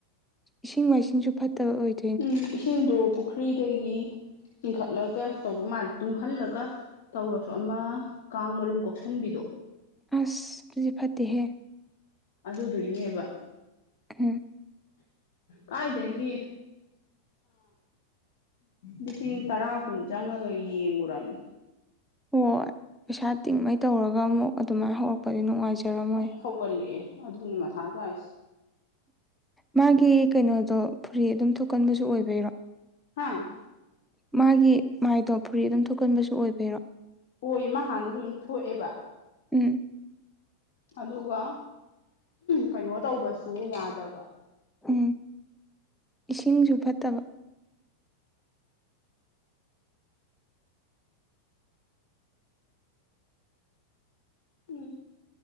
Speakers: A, in the centre; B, on the left.
A: ꯏꯁꯤꯡ ꯃꯥꯏꯁꯤꯡꯁꯨ ꯐꯠꯇꯕ ꯑꯣꯏꯗ
B: ꯎꯝ ꯏꯁꯤꯡꯗꯣ ꯄꯨꯈ꯭ꯔꯤꯗꯒꯤ ꯆꯤꯡꯈꯠꯂꯒ ꯇꯧꯕ ꯃꯥꯜꯂꯦ ꯇꯨꯡꯍꯜꯂꯒ ꯇꯧꯔꯁꯨ ꯑꯃ ꯀꯥꯡ ꯃꯔꯨꯝ ꯀꯣꯛꯁꯟꯕꯤꯗꯣ
A: ꯑꯁ ꯑꯗꯨꯗꯤ ꯐꯠꯇꯦꯍꯦ
B: ꯑꯗꯨꯗꯨꯏꯅꯦꯕ
A: ꯍꯝ
B: ꯀꯥꯏꯗꯒꯤ ꯂꯤꯁꯤꯡ ꯇꯔꯥ ꯀꯨꯟ ꯆꯪꯉꯒ ꯌꯦꯡꯉꯔꯕꯅꯤ
A: ꯍꯣꯏ ꯄꯩꯁꯥ ꯇꯤꯡꯉꯩ ꯇꯧꯔꯒ ꯑꯃꯨꯛ ꯑꯗꯨꯃꯥꯏꯅ ꯍꯧꯔꯛꯄꯗꯤ ꯅꯨꯡꯉꯥꯏꯖꯔꯝꯃꯣꯏ
B: ꯑꯃꯨꯛ ꯍꯧꯒꯠꯂꯛꯑꯦ ꯑꯗꯨꯅꯤ ꯃꯊꯥ ꯁꯥꯏꯁꯦ
A: ꯃꯥꯒꯤ ꯀꯩꯅꯣꯗꯣ ꯐꯨꯔꯤ ꯑꯗꯨꯝ ꯊꯣꯛꯀꯟꯕꯁꯨ ꯑꯣꯏꯕꯩꯔꯣ
B: ꯍꯥꯥ
A: ꯃꯥꯒꯤ ꯃꯥꯏꯗꯣ ꯐꯨꯔꯤ ꯑꯗꯨꯝ ꯊꯣꯛꯀꯟꯕꯁꯨ ꯑꯣꯏꯕꯔꯣ
B: ꯑꯣꯏꯌꯦ ꯃꯥ ꯍꯥꯟꯗꯁꯨ ꯑꯗꯨꯝ ꯊꯣꯛꯑꯦꯕ
A: ꯎꯝ
B: ꯑꯗꯨꯒ ꯀꯩꯅꯣ ꯇꯧꯕꯁꯨ ꯌꯥꯗꯕ
A: ꯎꯝ ꯏꯁꯤꯡꯁꯨ ꯐꯠꯇꯕ
B: ꯎꯝ